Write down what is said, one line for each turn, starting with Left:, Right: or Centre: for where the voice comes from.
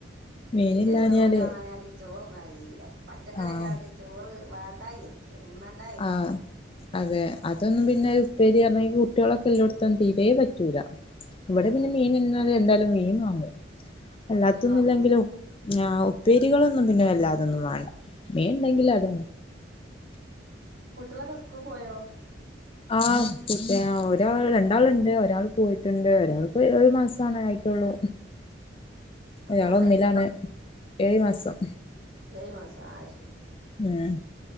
Left: മീനില്ലാഞ്ഞാല്
Right: മീന്റൊര് വെള്ളം കാണാഞാല് ചോറ് നാഗീല പച്ചക്കറിയെ
Left: ആഹ്
Right: കാളക്കെ ചോറ് വാണ്ടായെനിക്ക് ഉണ്ണാന്
Left: ആഹ് അതെ അതൊന്നും പിന്നെ ഉപ്പേരിയാർ ണെങ്കി കുട്ടികളൊക്കെള്ളോട്ത്ത് തീരേ പറ്റൂല ഇവിടെ
Right: ആഹ്
Left: പിന്നെ മീനിരുന്നാലും എന്തായാലും മീൻ വാങ്ങും അല്ലാത്തൊന്നുല്ലെങ്കിലും
Right: മീൻ വാങ്ങൂലേ
Left: ഞാവു ഉപ്പേരികളൊന്നും പിന്നെ വെല്ലാതൊന്നും വേണ്ട മീൻ ഉണ്ടെങ്കിൽ
Right: ഉം
Left: അതന്നെ
Right: കുട്ട്യളൊക്കെ ഉസ്കൂളി പോയോ?
Left: ആ കുട്ട്യ ഒരാൾ രണ്ടാളുണ്ട് ഒരാൾ പോയിട്ടുണ്ട് ഒരാൾപ ഒരുമാസാണേ ട്ടുള്ളൂ
Right: ഒരു
Left: അയാളൊന്നിലാണ്
Right: മാസായിട്ടേ ഉള്ളൂ
Left: ഏഴ് മാസം
Right: ഏഴ് മാസാ ആഹ് അയ്ശരി
Left: ആഹ്